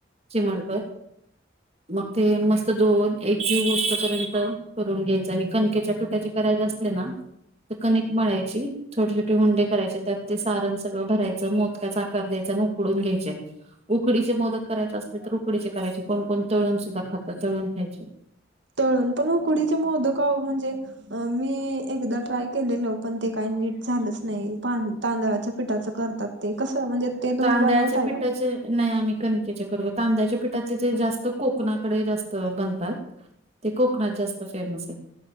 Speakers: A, on the right (about 30°); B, on the right (about 70°).
A: चिमडभर मग ते मस्त दोन एकजीव होस तोपर्यंत करून द्यायचं. कणिकेच्या पिट्याची करायचे असले ना, तर कणिक मळायची छोटे -छोटे हुंडे करायचं त्यात ते सारण सगळं भरायचं मोदकाचा आकार द्यायचा अन उकडून घ्यायचे. उकडीचे मोदक करायचे असले तर उकडीचे करायचे कोण- कोण तळून सुद्धा खात तळून खायचे.
B: तळून पण उकडीचे मोदक आहो म्हणजे, अ मी एकदा ट्राय केलेलो, पण ते काही नीट झालंच नाही तांदळाच्या पिठाच करतात. ते कसं म्हणजे ते तुम्ही
A: तांदळाच्या
B: बनवताय
A: पिठाचे
B: का?
A: नाही आम्ही कणकेचे करतो, कांद्याच्या पिठाचे ते जास्त कोकणाकडे जास्त बनतात. ते कोकणात जास्त फेमस आहे,